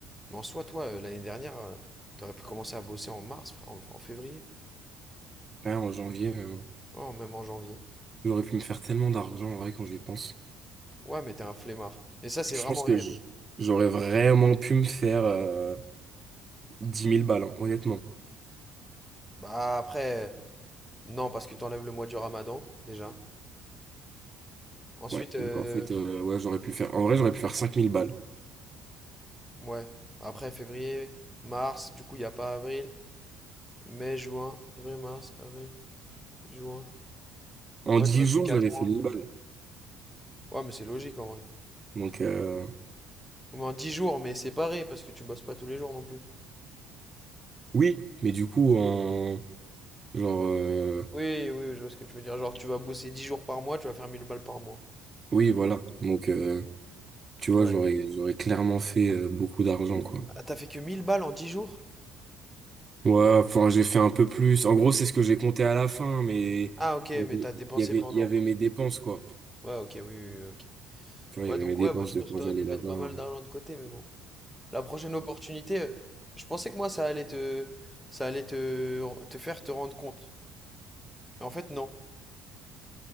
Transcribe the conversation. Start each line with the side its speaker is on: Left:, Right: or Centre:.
Centre: Mais en soi, toi, euh, l'année dernière, euh, t'aurais pu commencer à bosser en mars, frère, en, en février,
Right: Là, en janvier, euh,
Centre: oh, même en janvier.
Right: j'aurais pu me faire tellement d'argent en vrai quand j'y pense.
Centre: Ouais, mais t'es un flemmard. Et ça, c'est
Right: Je
Centre: vraiment
Right: pense
Centre: réel.
Right: que j- j'aurais vraiment pu me faire euh, 10 000 balles, hein, honnêtement.
Centre: Bah après, euh, non, parce que t'enlèves le mois du Ramadan, déjà. Ensuite,
Right: Ouais,
Centre: euh,
Right: donc en fait, euh, ouais, j'aurais pu faire. En vrai, j'aurais pu faire cinq mille balles.
Centre: Ouais. Après, février, mars, du coup, il n'y a pas avril. Mai, juin, février, mars, avril, juin.
Right: En
Centre: Ouais,
Right: 10
Centre: t'aurais fait
Right: jours,
Centre: 4
Right: j'avais
Centre: mois.
Right: fait 1000 balles.
Centre: Ouais, mais c'est logique en vrai.
Right: Donc, euh,
Centre: Au moins 10 jours, mais séparés, parce que tu bosses pas tous les jours non plus.
Right: oui, mais du coup, en. Genre. euh,
Centre: Oui, oui, oui, je vois ce que tu veux dire. Genre, tu vas bosser 10 jours par mois, tu vas faire 1000 balles par mois.
Right: oui, voilà. Donc, euh, tu vois,
Centre: Ouais.
Right: j'aurais j'aurais clairement fait euh, beaucoup d'argent, quoi.
Centre: Ah, t'as fait que 1000 balles en 10 jours?
Right: Ouais, enfin, j'ai fait un peu plus. En gros, c'est ce que j'ai compté à la fin, mais
Centre: Ah, ok,
Right: il y
Centre: mais
Right: avait,
Centre: t'as dépensé
Right: il y avait,
Centre: pendant.
Right: il y avait mes dépenses, quoi.
Centre: Ouais, ok, oui, oui, oui, ok.
Right: Tu vois,
Centre: Ouais,
Right: il y avait
Centre: donc
Right: mes dépenses
Centre: ouais, bah, je
Right: de
Centre: pense
Right: quand
Centre: que t'aurais
Right: j'allais
Centre: pu mettre
Right: là-bas.
Centre: pas mal d'argent de côté, mais bon. La prochaine opportunité, euh, je pensais que moi ça allait te, ça allait te, te faire te rendre compte. Mais en fait, non.